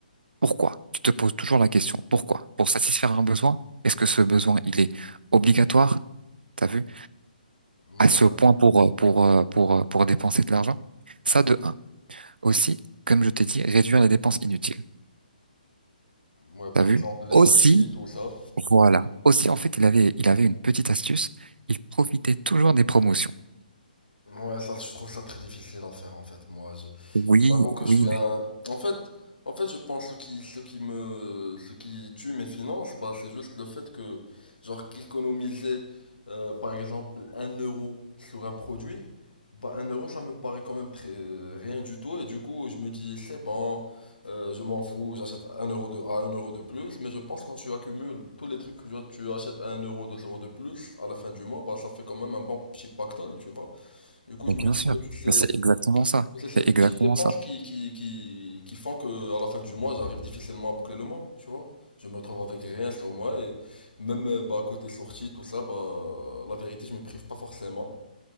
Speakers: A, on the right; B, on the left.
A: Pourquoi? Tu te poses toujours la question, pourquoi? Pour satisfaire un besoin? Est-ce que ce besoin, il est obligatoire? T'as vu?
B: ouais,
A: À ce point pour, euh, pour, euh, pour, euh, pour dépenser de l'argent? Ça, de un. Aussi, comme je t'ai dit, réduire les dépenses inutiles.
B: ouais, par
A: T'as vu?
B: exemple les
A: Aussi,
B: sorties, tout ça.
A: voilà. Aussi, en fait, il avait, il avait une petite astuce. Il profitait toujours des promotions.
B: Ouais, ça, je trouve ça très difficile à faire en fait. Moi, je,
A: Oui,
B: je t'avoue que
A: oui,
B: je suis
A: mais,
B: un. En fait, en fait, je pense ce qui, ce qui me, ce qui tue mes finances, bah, c'est juste le fait que, genre, qu'économiser, euh, par exemple, un euro sur un produit, bah, un euro, ça me paraît quand même très rien du tout. Et du coup, je me dis, c'est bon, euh, je m'en fous, j'achète un euro de, à un euro de plus. Mais je pense quand tu accumules tous les trucs que tu achètes à un euro, deux euros de plus, à la fin du mois, bah, ça fait quand même un bon petit pactole, tu vois. Du coup, je
A: mais
B: me
A: bien
B: dis
A: sûr.
B: que c'est ces
A: Mais c'est exactement ça.
B: c'est ces
A: C'est
B: petites
A: exactement
B: dépenses
A: ça.
B: qui, qui, qui, qui font que à la fin du mois, j'arrive difficilement à boucler le mois, tu vois. Je me retrouve avec rien sur moi et même euh, bah, côté sortie, tout ça, bah, la vérité, je me prive pas forcément.